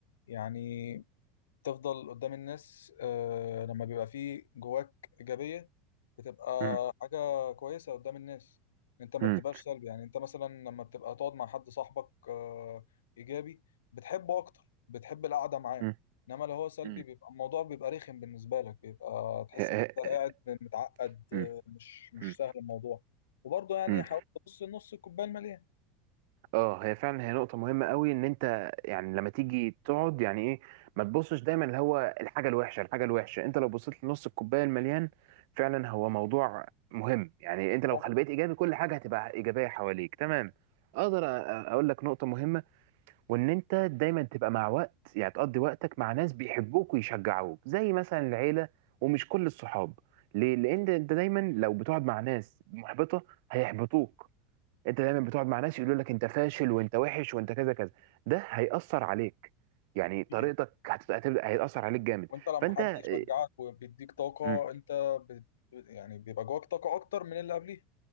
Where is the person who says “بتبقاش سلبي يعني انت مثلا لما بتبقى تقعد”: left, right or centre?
Left